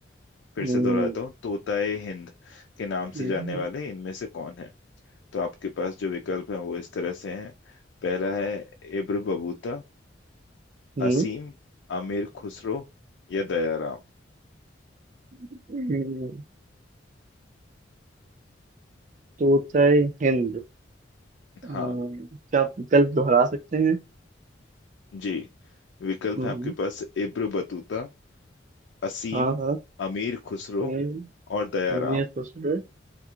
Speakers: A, on the left; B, on the right.
A: फिर
B: हम्म
A: से दोहराता हूँ तोताए हिंद के नाम
B: हम्म
A: से जाने वाले इनमें से कौन है तो आपके पास जो विकल्प हैं वो इस तरह से हैं पहला है इब्र बबूता
B: हम्म
A: असीम आमिर खुसरो या दयाराम
B: हम्म, तोता हिंद अम,
A: हाँ
B: क्या आप विकल्प दोहरा सकते हैं
A: जी विकल्प
B: हम्म
A: है
B: हम्म,
A: आपके पास इब्र बतूता असीम
B: हाँ हाँ
A: अमीर खुसरो
B: हम्म,
A: और दयाराम
B: हमें सोच रहे